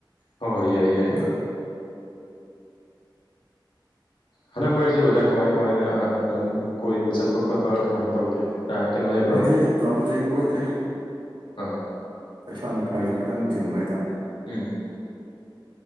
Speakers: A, on the left; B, on the right.
A: ꯍꯣꯏ ꯌꯥꯏ ꯌꯥꯏ꯫
B: ꯑꯗ
A: ꯍꯟꯗꯛ ꯃꯔꯛꯁꯦ ꯑꯣꯖꯥ ꯀꯃꯥꯏ ꯀꯃꯥꯏꯅ ꯂꯝ ꯀꯣꯏꯕ ꯆꯠꯄ ꯈꯣꯠꯄ ꯀꯃꯥꯏꯅ ꯇꯧꯒꯦ꯫ ꯀꯩꯅꯣꯁꯦ꫰꫰
B: <unintelligible> ꯂꯝꯁꯦ ꯀꯣꯏꯗ꯭ꯔꯦ꯫
A: ꯑꯥ
B: ꯄꯩꯁꯥ ꯅꯨꯡꯁꯥꯁꯨ ꯈꯤꯇꯪ ꯆꯤꯟꯕ ꯍꯥꯏꯇꯥꯔꯦ
A: ꯎꯝ